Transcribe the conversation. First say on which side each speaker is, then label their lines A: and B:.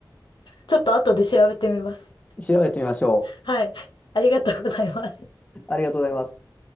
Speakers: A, on the left; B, on the left.
A: ちょっと後で調べてみます。
B: 調べてみましょ
A: はい。ありがとうございます。
B: う。ありがとうございます。